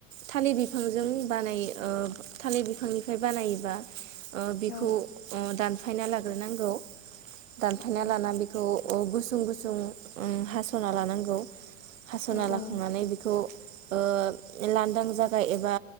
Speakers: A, on the right; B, on the left.
A: थालिर बिफांजों बानायो ओ थालिर बिफांनिफ्राय बानायोबा ओ बिखौ
B: औ
A: ओ दान फायना लाग्रोनांगौ। दानफना
B: औ
A: लाना बेखौ औ गुसुं गुसुं हास'ना लानांगौ। हास'ना
B: औ
A: लाखांनानै
B: औ
A: बेखौ ओ लांदां जागा एबा